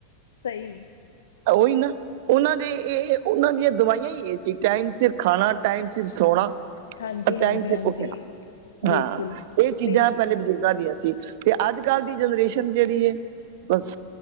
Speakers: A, on the left; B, on the right.
A: ਸਈ।
B: ਓਈ ਨਾ। ਉਨਾਂ ਦੇ ਏ ਉਨਾਂ ਦੀਆਂ ਦਵਾਈਆਂ ਏ ਸੀ, ਟਾਈਮ ਸਿਰ ਖਾਨਾ, ਟਾਈਮ ਸਿਰ ਸੋਣਾ
A: ਹਾਂਜੀ
B: ਔਰ
A: ਹਾਂਜੀ
B: ਟਾਈਮ ਸਿਰ
A: ਹਾਂਜੀ
B: ਉਠਨਾ,
A: ਬਿਲਕੁਲ
B: ਹਾਂ ਏ ਚੀਜਾਂ
A: ਨਹੀਂ
B: ਪ੍ਹੈਲੇ ਬਜ਼ੁਰਗਾਂ ਦੀਆਂ ਸੀ। ਤੇ ਆੱਜ ਕਾੱਲ ਦੀ ਜਨਰੇਸ਼ਨ ਜੇੜੀ ਏ ਬੱਸ